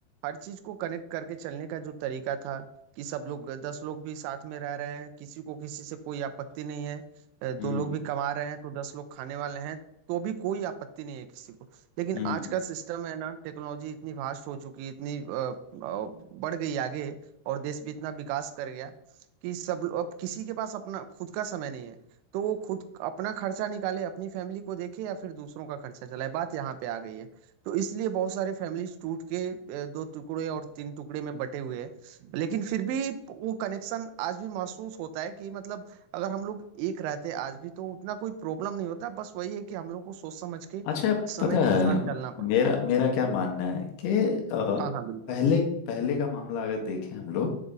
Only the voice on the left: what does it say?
हम्म
हम्म
अच्छा
पता
है
मेरा
मेरा क्या मानना है कि अ,
पहले पहले का मामला अगर देखें हम लोग